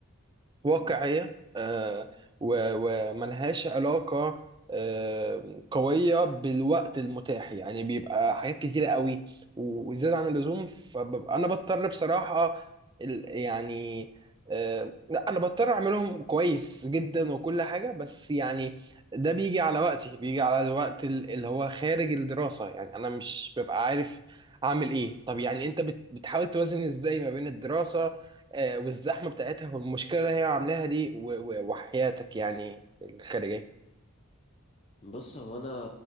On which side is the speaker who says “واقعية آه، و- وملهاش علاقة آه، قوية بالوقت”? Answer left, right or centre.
Right